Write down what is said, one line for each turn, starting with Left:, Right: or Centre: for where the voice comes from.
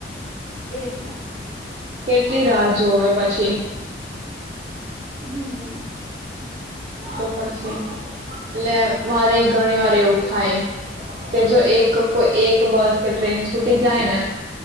Centre: એજ ને.
Right: કેટ કેટલી રાહ જોએ પછી.
Centre: હમ્મ હમ્મ.
Right: તો પછ <inaudible> લે મારે. ઘણી વાર એવું થાય કે જો એક કોઈ એક બસ કે ટ્રેન છૂટી જાય ને